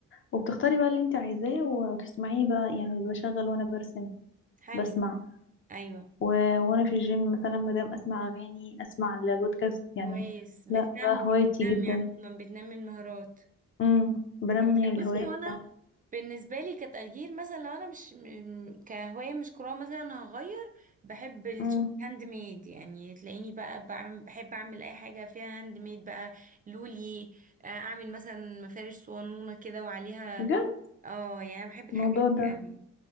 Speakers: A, on the left; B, on the right.
A: وبتختاري بقى اللي انت عايزاه وتسمعيه بقى يعني بشغل وأنا برسم
B: حلو
A: بسمع
B: ايوه
A: و... وأنا في الجيم مثلا مادام أسمع أغاني أسمع البودكاست يعني
B: كويس بتنمي
A: لا ده هوايتي
B: بتنمي
A: جدا
B: عموما بتنمي المهارات
A: امم بنمي
B: كويس لا
A: الهوايات
B: بصي هو انا
A: بتاعتي
B: بالنسبة لي كتغيير مثلا لو انا مش م- كهواية مش قراءة مثلا انا هغير بحب الشغل
A: امم
B: هاند ميد يعني تلاقيني بقى بعمل بحب اعمل اي حاجة فيها هاند ميد بقى لولي آه، اعمل مثلا مفارش صوانونة كده وعليها
A: بجد
B: اه يعني انا بحب الحاجات
A: الموضوع ده
B: دي قوي